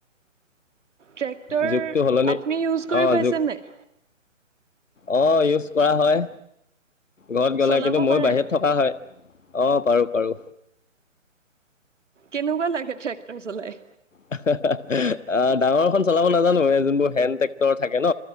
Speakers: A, on the right (about 65°); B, on the left (about 70°).
A: ট্ৰেক্টৰ
B: যুগটো সলনি
A: আপুনি ইউজ কৰি
B: অঁ
A: পাইছে
B: যুগ
A: নাই?
B: অঁ ইউজ কৰা হয় ঘৰত গ'লে
A: চলাব
B: কিন্তু মইয়ো
A: পাৰে?
B: বাহিৰত থকা হয় অঁ পাৰো পাৰো।
A: কেনেকুৱা লাগে ট্ৰেক্টৰ চলাই?
B: হাঃ, হাঃ, হাঃ আ ডাঙৰখন চলাব নাজানো এই যোনবোৰ হেণ্ড ট্ৰেক্টৰ থাকে ন,